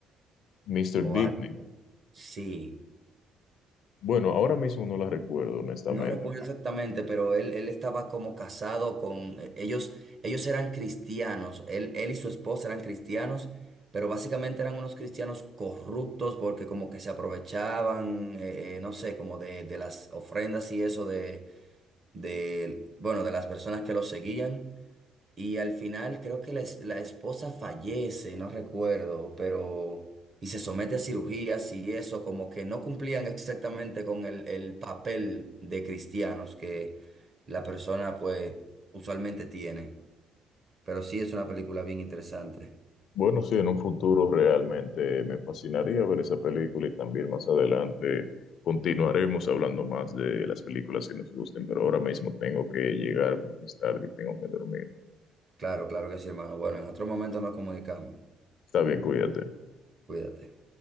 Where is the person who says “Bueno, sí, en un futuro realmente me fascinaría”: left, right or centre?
Left